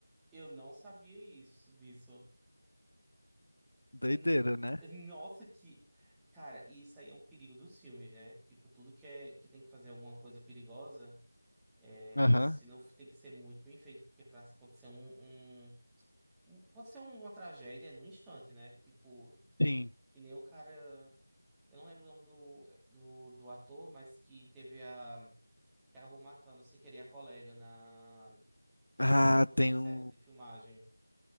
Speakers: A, in the centre; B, on the left.
A: Eu não sabia isso, disso.
B: Doideira,
A: N-
B: né?
A: Nossa, que. Cara, e isso aí é um perigo dos filmes, né? Tipo, tudo que, é, que tem que fazer alguma coisa perigosa, é,
B: Aham,
A: se não tem que ser muito bem feito, porque pra acontecer um, um, um- acontecer uma tragédia é num instante, né? Tipo,
B: sim.
A: que nem o cara. Eu não lembro o nome do, do, do ator, mas que teve a. que acabou matando sem querer a colega na,
B: Ah,
A: no-
B: tem
A: na set
B: um.
A: de filmagem